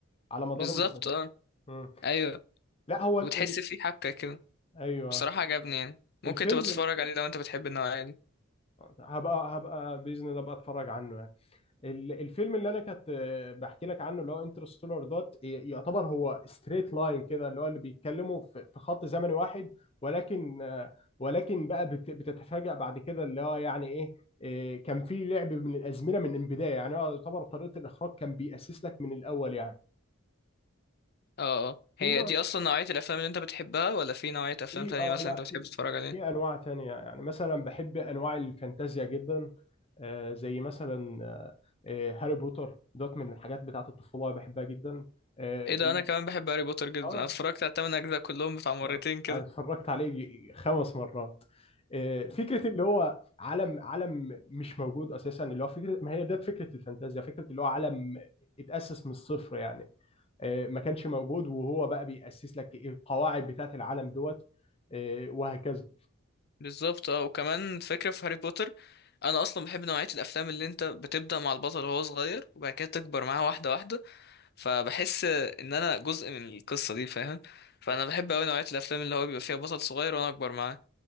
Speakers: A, on the left; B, on the left.
A: على مدار
B: بالظبط
A: المسلسل
B: اه
A: مم.
B: ايوه
A: لا هو
B: وتحس
A: ال... ال...
B: في حبكه كده
A: أيوه
B: بصراحة عجبني يعني ممكن
A: الفيلم
B: تبقى تتفرج عليه لو انت بتحب النوعية دي
A: هبقى هبقى بإذن الله أبقى أتفرج عنه يعني. ال- الفيلم اللي انا كنت آه، بحكي لك عنه اللي هو انترستولار دوت ي- يعتبر هو ستريت لاين كده اللي هو اللي بيتكلموا في في خط زمني واحد ولكن آه، ولكن بقى بت- بتتفاجأ بعد كده اللي هو يعني ايه آه، كان في لعب من الازمنه من البدايه يعني هو يعتبر طريقه الاخراج كان بيأسس لك من الاول يعني
B: اه اه
A: في
B: هي
A: نوع
B: دي اصلا نوعية الافلام اللي انت بتحبها ولا في نوعية افلام
A: في
B: تانية
A: اه
B: مثلا
A: لا
B: انت
A: في
B: بتحب تتفرج
A: في
B: عليها
A: في انواع تانية يعني مثلا بحب انواع الفانتازيا جدا آه زي مثلا آه آه، هاري بوتر دوت من الحاجات بتاعت الطفولة بحبها جدا اه
B: ايه ده انا كمان بحب هاري بوتر جدا
A: اه
B: انا اتفرجت على التمن اجزاء كلهم بتاع مرتين
A: آه،
B: كده
A: انا اتفرجت عليه خمس مرات آه فكرة اللي هو عالم عالم مش موجود اساسا اللي هو فكرة ما هي ديت فكرة الفانتازيا فكرة اللي هو عالم اتأسس من الصفر يعني آه ما كانش موجود وهو بقى بيأسس لك القواعد بتاعت العالم دوت آه، وهكذا
B: بالظبط اه وكمان فكرة في هاري بوتر انا اصلا بحب نوعية الافلام اللي انت بتبدأ مع البطل وهو صغير وبعد كده تكبر معاه واحدة واحدة فبحس ان انا جزء من القصة دي فاهم فانا بحب اوي نوعية الافلام اللي هو بيبقى فيها بطل صغير وانا اكبر معاه